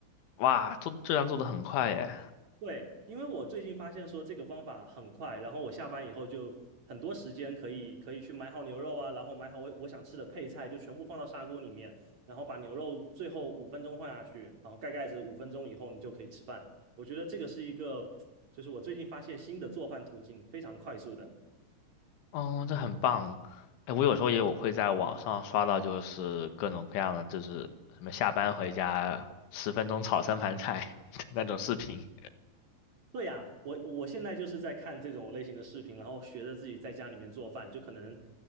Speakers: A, on the left; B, on the right.
A: 哇，做这样做的很快耶。
B: 对，因为我最近发现说这个方法很快，然后我下班以后就很多时间可以可以去买好牛肉啊，然后买好我我想吃的配菜，就全部放到砂锅里面，然后把牛肉最后五分钟放下去，然后盖盖子，五分钟以后你就可以吃饭。我觉得这个是一个，就是我最近发现新的做饭途径，非常快速的。
A: 哦，这很棒。哎，我有时候也我会在网上刷到，就是各种各样的，就是什么下班回家十分钟炒三盘菜的 <laughs> 那种视频。
B: 对呀，我我现在就是在看这种类型的视频，然后学着自己在家里面做饭，就可能